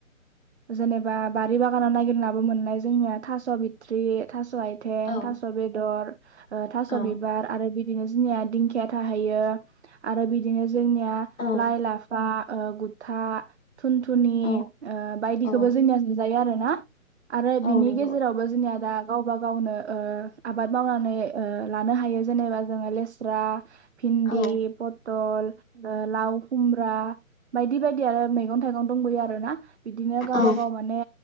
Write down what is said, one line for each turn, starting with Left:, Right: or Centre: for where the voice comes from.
Right: जेनेबा बारि बागानाव नागिरनाबो मोननाय जोंनिया थास', बिथ्रि थास' आइथें,
Left: औ
Right: थास' बेदर, थास'
Left: औ
Right: बिबार आरो बिदिनो जोंनिया दिंखिया थाहैयो आरो बिदिनो जोंनिया
Left: औ
Right: लाइ लाफा गुथा थुनथुनि
Left: औ
Right: ओ बायदिखोबो
Left: औ
Right: जोंनिया जायो आरोना । आरो बिनि
Left: औ नंगौ
Right: गेजेरावबो जोंनिया दा गावबा गावनो ओ आबाद मावनानै ओ लानो हायो जेनेबा जोङो लेस्रा भिन्दि
Left: औ
Right: पत दल लाव, खुमब्रा बायदि बायदि आरो मैगं थाइगं दंबोयो आरोना बिदिनो गावबा
Left: औ
Right: गाव माने